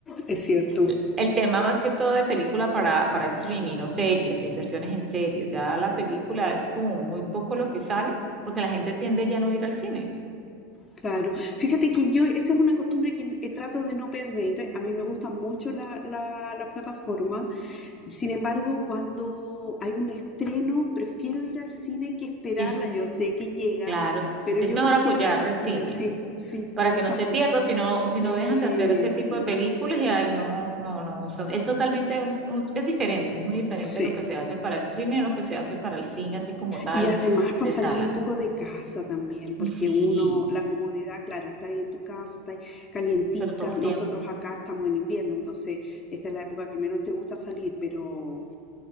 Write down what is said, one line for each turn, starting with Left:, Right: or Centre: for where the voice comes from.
Left: es cierto.
Right: L- El tema más que todo de película para, para streaming o series, e inversiones en series. Ya la película es como muy poco lo que sale porque la gente tiende ya no a ir al cine.
Left: Claro, fíjate que yo, esa es una costumbre que eh, trato de no perder. A mí me gustan mucho la, la, la plataforma. Sin embargo, cuando hay un estreno, prefiero ir al cine que esperarla.
Right: Es,
Left: Yo sé que llega,
Right: claro,
Left: pero
Right: es
Left: yo
Right: mejor
Left: prefiero
Right: apoyar
Left: ir al
Right: el
Left: cine.
Right: cine.
Left: Sí, sí,
Right: para
Left: me gusta
Right: que no se
Left: mucho.
Right: pierda, si no,
Left: Sí,
Right: si no dejan de hacer ese tipo de películas y ay, no, no, no,
Left: sí,
Right: son- es totalmente, un- un- es diferente, es muy diferente
Left: sí.
Right: lo que se hace para streaming a lo que se hace para el cine así como tal
Left: Y además para
Right: de
Left: salir
Right: sala.
Left: un poco de casa también, porque
Right: Uy, Sí,
Left: uno, la comodidad, claro, está ahí en tu casa, está ahí calientita.
Right: pero todo el
Left: Nosotros
Right: tiempo,
Left: acá estamos en invierno, entonces esta es la época que menos te gusta salir, pero,